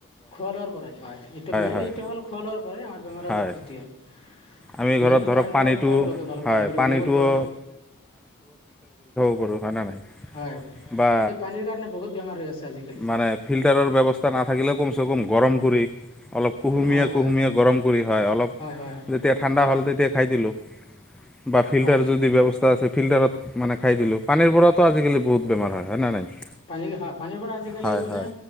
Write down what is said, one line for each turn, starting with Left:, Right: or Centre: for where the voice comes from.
Left: খোৱা লোৱাৰ পৰাই, হয়। এইটো মেইন
Centre: হয়
Left: এইটো হ'ল খোৱা লোৱাৰ পৰাই আমাৰ বেমাৰ
Centre: হয়
Left: আজাৰ সৃষ্টি হয়।
Centre: আমি ঘৰত
Left: মেইন
Centre: ধৰক
Left: কাৰণটো
Centre: পানীটো
Left: হ'ল খোৱাটো হলে ভাল,
Centre: হয়
Left: ভাল কৰিব
Centre: পানীটোও
Left: লাগিব খোৱাটো।
Centre: গৰু বান্ধা নাই।
Left: হয়, এই
Centre: বা
Left: পানীৰ কাৰণে বহুত বেমাৰ হৈ আছে আজিকালি।
Centre: মানে ফিল্টাৰৰ ব্যৱস্থা নাথাকিলেও কমচে কম গৰম কৰি অলপ কুহুমীয়া-কুহুমীয়া
Left: হয় হয়
Centre: গৰম কৰি হয়, অলপ
Left: হয় হয়
Centre: যেতিয়া ঠাণ্ডা হ'ল তেতিয়া খাই দিলোঁ। বা ফিল্টাৰ
Left: হয়
Centre: যদি ব্যৱস্থ কিবা আছে ফিল্টাৰত মানে খাই দিলোঁ। পানীৰ পৰাতো আজি-কালি বহুত বোৰ হয়। হয় নে নাই?
Left: পানী হয় পানীৰ পৰা আজিকালি
Centre: হয়
Left: মানে
Centre: হয়